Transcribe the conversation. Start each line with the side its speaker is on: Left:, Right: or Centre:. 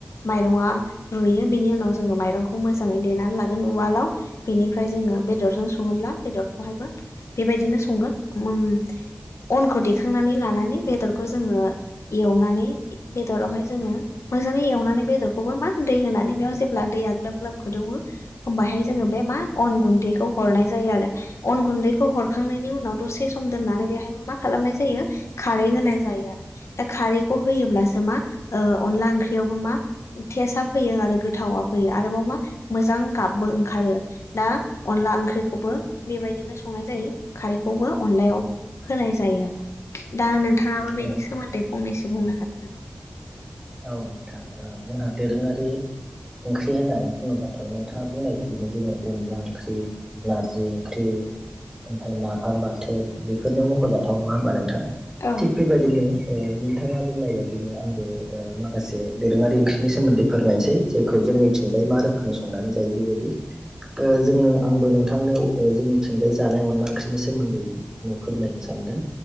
Left: माइरङा रुयो बेनि उनाव जोङो माइरंखौ मोजाङै देनानै लागोन उवालाव बेनिफ्राय जोङो बेरजों सङोब्ला बेदरखौहायबो बेबायदिनो संगोन <unintelligible> अनखौ दैखांनानै लानानै बेदरखौ जोङो एवनानै बेदरावहाय जोङो मोजाङै एवनानै बेदरखौबो मा दै होनानै बेयाव जेब्ला दैया ग्लाब ग्लाब गोदौवो होमबाहाय जोङो बे मा अन गुनदैखौ हनाय जायो आरो अन गुन दैखौ हरखांनायनि उनाव दसे सम दोननानै बेहायबो मा खालामनाय जायो खारै होनाय जायो आरो। दा खारैखौ होयोब्लासो मा अनला ओंख्रियावबो मा टेसआ फैयो आरो गोथावा फैयो आरोबाव मा मोजां गाबबो ओंखारो दा अनला ओंख्रिखौबो बेबायदिनो सं नाय जायो खारैखौबो अनलायाव होनाय जायो दा नों थाङाबो
Right: औ
Left: बेनि
Right: नोंथां
Left: सोमोन्दै फंनैसो बुंनो हागोन नामा?
Right: औ नोंथां ओ जोंहा दोरोङारि ओंख्रि होननानै बुङोबा थ' नोंथाङा बुंनाय बायदिनो जोङो अनला ओंख्रि, नारजि ओंख्रि ओमफाय नाफाम बाथोन बेफोरनो मख'जाथाव। नङा होमबा नोंथां?
Left: औ
Right: थिग बेबायदिनो ओ नोंथाङा बुंनाय बायदिनो आंबो ओ माखासे दोरोङारि ओंख्रिनि सोमोन्दै फोरमायनोसै जेखौ जोंनिथिंजाय मा रोखोमै संनानै जायो बेबायदि। <inaudible> ओ जोंनो आंबो नोंथांनोव ओ जोंनिथिंजाय जानाय अनला ओंख्रिनि सोमोन्दै मु फोरमायनो सान दों